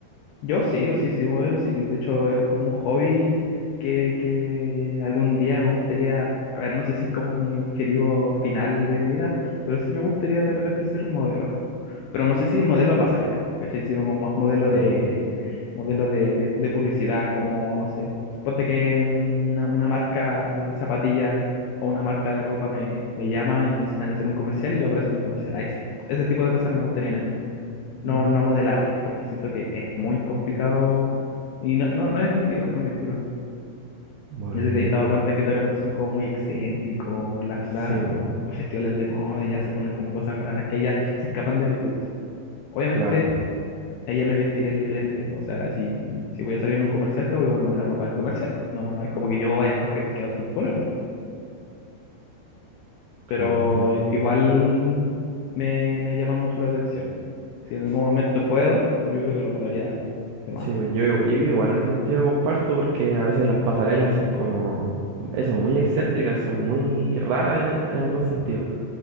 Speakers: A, on the left; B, on the right.
A: yo sí, yo sí, sí, modelo, sí, de hecho es como un hobby que, que algún día me gustaría, a ver, no sé si es como mi objetivo final de vida, pero sí me gustaría de repente ser modelo. pero no sé si modelo de pasarela, ¿cachai? Sino como más modelo
B: Claro.
A: de, modelo de, de- de publicidad, como, no sé, ponte que mm, una, una marca de zapatillas o una marca de ropa me, me llama y necesitan hacer un comercial y yo aparezco en el comercial. Ahí sí, ese tipo de cosas me gustarían a mí. No,
B: Mm,
A: no modelar, porque siento que es muy complicado y no, no, no es mi estilo, no es mi estilo.
B: buena.
A: Yo sí me he dado cuenta que de repente son como muy excéntricos las, las-
B: Sí, bo,
A: las- los festivales de moda y ya se ponen como cosas raras que ya se escapan de mi gusto. Obviamente
B: Claro,
A: ella me vestiría diferente, pues, o sea, si, si voy a salir en un comercial, tengo que ponerme la ropa del comercial, pues, No, no es como que yo vaya a escoger qué outfit ponerme,
B: claro,
A: pero
B: entiendo.
A: i- igual me, me llama mucho la atención. Si en algún
B: S-
A: momento puedo, yo creo que lo, lo haría de más.
B: Sí, pues yo, yo igual en ese sentido comparto porque a veces las pasarelas son como, eso, muy excéntricas, son muy raras en, en algún sentido.